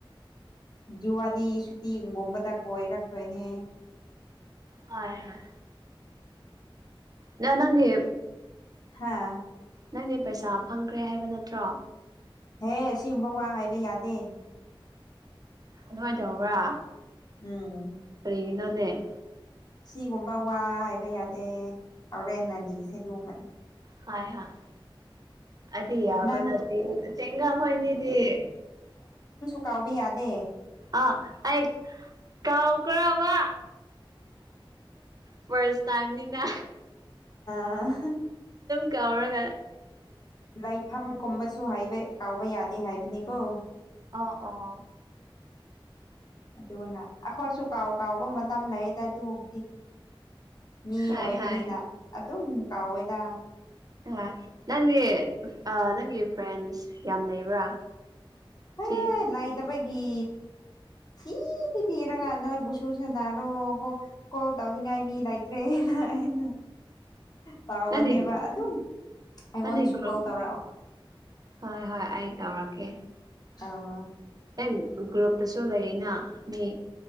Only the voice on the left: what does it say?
ꯖꯋꯥꯂꯤ ꯁꯨꯇꯤ ꯍꯒꯣꯕꯗ ꯀꯣꯏꯔꯛꯇꯣꯏꯅꯦ
ꯍꯥꯥ
ꯍꯦ ꯁꯤꯒꯨꯝꯕ ꯋꯥ ꯍꯥꯏꯕ ꯌꯥꯗꯦ
ꯎꯝ
ꯁꯤꯒꯨꯝꯕ ꯋꯥ ꯍꯥꯏꯕ ꯌꯥꯗꯦ ꯍꯣꯔꯦꯟ ꯑꯗꯤꯁꯦ ꯑꯗꯨꯒꯣꯃꯅꯤ
ꯅꯪ
ꯄꯥꯎꯕꯤ ꯌꯥꯗꯦ
ꯑ
ꯂꯥꯏꯐꯝꯒꯨꯝꯕꯁꯨ ꯍꯥꯏꯕ ꯀꯥꯎꯕ ꯌꯥꯗꯦ ꯍꯥꯏꯕꯅꯤꯀꯣ
ꯑꯗꯨꯅ ꯑꯩꯈꯣꯏꯁꯨ ꯀꯥꯎ ꯀꯥꯎꯕ ꯃꯇꯝ ꯂꯩꯌꯦꯗ ꯑꯗꯨꯕꯨꯗꯤ ꯃꯤ
ꯑꯣꯏꯕꯅꯤꯅ
ꯑꯗꯨꯝ ꯀꯥꯎꯋꯦꯗ
ꯍ
ꯂꯇ ꯑꯩꯈꯣꯏꯒꯤ ꯊꯤ ꯊꯤ ꯊꯤꯔꯒ ꯅꯣꯏꯕꯨ ꯁꯨ ꯁꯟꯅꯔꯣꯀꯣ ꯀꯣꯜ ꯇꯧꯅꯤꯡꯉꯥꯏ ꯃꯤ ꯂꯩꯇ꯭ꯔꯦ ꯑꯩꯅ ꯇꯧꯔꯑꯣꯅꯦꯕ
ꯑꯗꯨꯝ ꯑꯩꯉꯣꯟꯗꯁꯨ
ꯀꯣꯜ ꯇꯧꯔꯛꯑꯣ
ꯑꯥ